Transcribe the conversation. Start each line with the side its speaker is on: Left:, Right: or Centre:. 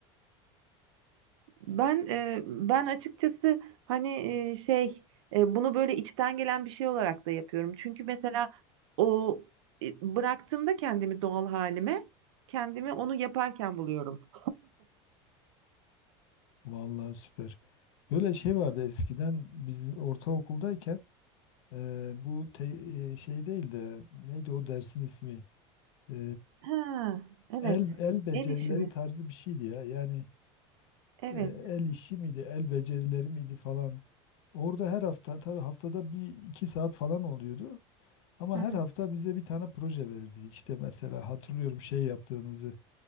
Right: Ben e, ben açıkçası hani e, şey e, bunu böyle içten gelen bir şey olarak da yapıyorum. Çünkü mesela o e, bıraktığımda kendimi doğal halime, kendimi onu yaparken buluyorum.
Left: vallahi süper. Böyle şey vardı eskiden biz ortaokuldayken e, bu te- e, şey değil de neydi o dersin ismi? E,
Right: Ha, evet.
Left: el el becerileri
Right: El işimi.
Left: tarzı bir şeydi ya. Yani
Right: Evet.
Left: e, el işi miydi, el becerileri miydi falan. Orada her hafta tabii haftada bir iki saat falan oluyordu. Ama
Right: Hı hı.
Left: her hafta bize bir tane proje verirdi. İşte mesela hatırlıyorum şey yaptığımızı.